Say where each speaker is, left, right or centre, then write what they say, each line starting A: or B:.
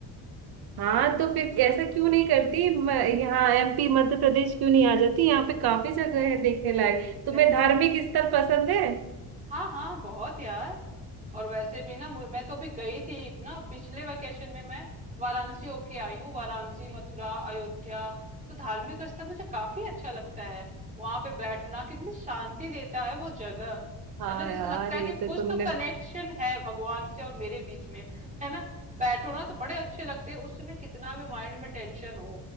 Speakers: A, on the right (about 55°); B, on the right (about 15°).
A: हाँ तो फिर ऐसा क्यों नहीं करती म- यहाँ एमपी मध्य प्रदेश क्यों नहीं आ जाती यहाँ पे काफी जगह
B: भाई
A: है देखने लायक तुम्हें
B: सही
A: धार्मिक स्थल पसंद है
B: हाँ हाँ बहुत यार और वैसे भी ना मु- मैं तो अभी गई थी ना पिछले वेकेशन में मैं वाराणसी होके आई हूँ वाराणसी मथुरा अयोध्या तो धार्मिक स्थल मुझे काफी अच्छा लगता है वहां पे बैठना कितनी शांति देता है वो जगह
A: हाँ
B: है ना जैसे
A: यार
B: लगता है
A: ये
B: कि कुछ
A: तो तुमने
B: तो कनेक्शन है भगवान से और मेरे बीच में है ना बैठो ना तो बड़े अच्छे लगते हैं उस समय कितना भी माइंड में टेंशन हो